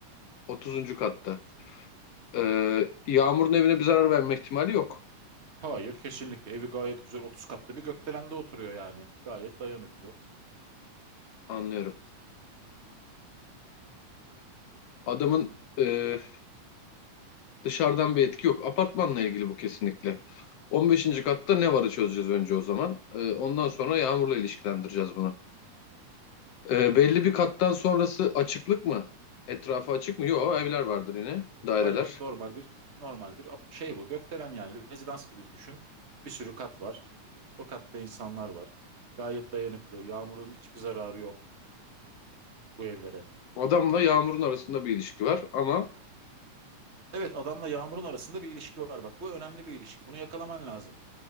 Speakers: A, on the left (about 70°); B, on the right (about 25°).
A: Otuzuncu katta. Ee, yağmurun evine bir zarar verme ihtimali yok.
B: Hayır kesinlikle evi gayet güzel 30 katlı bir gökdelende oturuyor yani. Gayet dayanıklı.
A: Anlıyorum. Adamın e, dışarıdan bir etki yok. Apartmanla ilgili bu kesinlikle. On beşinci katta ne varı çözeceğiz önce o zaman. E, ondan sonra yağmurla ilişkilendireceğiz bunu. E, belli bir kattan sonrası açıklık mı? Etrafı açık mı? Yok, evler vardır yine, daireler.
B: Hayır normal bir normal bir ap- şey bu gökdelen yani rezidans gibi düşün. Bir sürü kat var. O katta insanlar var. Gayet dayanıklı. Yağmurun hiçbir zararı yok bu evlere.
A: Adamla yağmurun arasında bir ilişki var ama
B: Evet adamla Yağmur'un arasında bir ilişki var. Bak bu önemli bir ilişki. Bunu yakalaman lazım.